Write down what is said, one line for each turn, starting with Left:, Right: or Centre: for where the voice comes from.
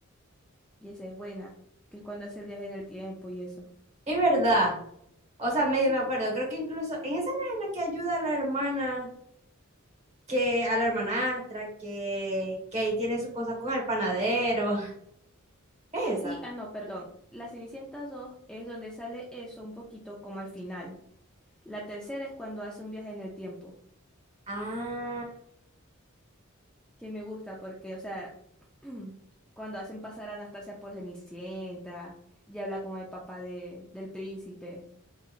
Centre: Y esa es buena, que es cuando hace el viaje en el tiempo y eso.
Right: Es verdad. O sea, medio
Centre: Ujú.
Right: me acuerdo. Creo que incluso en esa no es la que ayuda a la hermana, que a la hermanastra, que, que ahí tiene su cosa con el panadero. <laughs> ¿Es esa?
Centre: Sí, ah, no, perdón. La Cenicienta 2 es donde sale eso un poquito como al final. La tercera es cuando hace un viaje en el tiempo,
Right: ah,
Centre: que me gusta porque, o sea, <clears throat> cuando hacen pasar a Anastasia por Cenicienta y habla con el papá de, del príncipe.